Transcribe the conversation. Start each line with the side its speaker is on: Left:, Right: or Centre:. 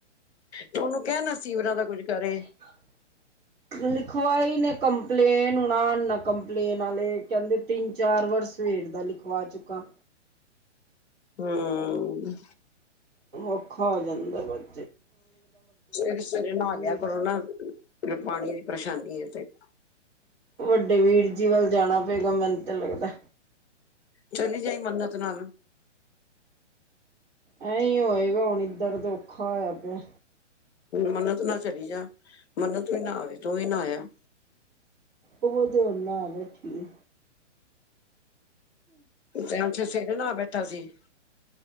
Left: ਤੂ ਉਹਨੂੰ ਕਹਿ ਨਾ, ਸੀਵਰਾਂ ਦਾ ਕੁੱਝ ਕਰੇ।
Right: ਹਾਂ ਲਿਖਵਾਈ ਨੇ ਕੰਪਲੇਨ, ਹੁਣ ਆਣ ਕੰਪਲੇਨ ਵਾਲੇ। ਕਹਿੰਦੇ ਤਿੰਨ-ਚਾਰ ਵਾਰ ਸਵੇਰ ਦਾ ਲਿਖਵਾ ਚੁੱਕਾਂ।
Left: ਹੂੰ।
Right: ਔਖਾ ਹੋ ਜਾਂਦਾ ਬਾਅ'ਚ।
Left: ਸਵੇਰੇ-ਸਵੇਰੇ ਨਹਾਲਿਆ
Right: ਵੀਰ
Left: ਕਰੋ ਨਾ। ਪਾਣੀ ਦੀ ਪਰੇਸ਼ਾਨੀ ਹੈ, ਤੇ।
Right: ਵੱਡੇ ਵੀਰ-ਜੀ ਵੱਲ ਜਾਣਾ ਪਏਗਾ, ਮੈਨੂੰ ਤੇ ਲੱਗਦਾ।
Left: ਚਲੀ ਜਾਈ ਮੰਨਤ ਨਾਲ।
Right: ਐਂਹੀ ਹੋਇਗਾ, ਹੁਣ ਇੱਧਰ ਤਾਂ ਔਖਾ ਹੋਇਆ ਪਿਆ।
Left: ਮੰਨਤ ਨਾਲ ਚਲੀ ਜਾ, ਮੰਨਤ ਵੀ ਨਹਾ ਆਵੇ, ਤੂੰ ਵੀ ਨਹਾਇਆ ਆਇਆ।
Right: ਉਹ ਤੇ ਹੁਨ, ਨ੍ਹਾ‌ ਬੈਠੀ ਏ।
Left: ਟਾਈਮਸਿਰ ਸਵੇਰੇ ਨ੍ਹਹਾ ਬੈਠਾ ਸੀ।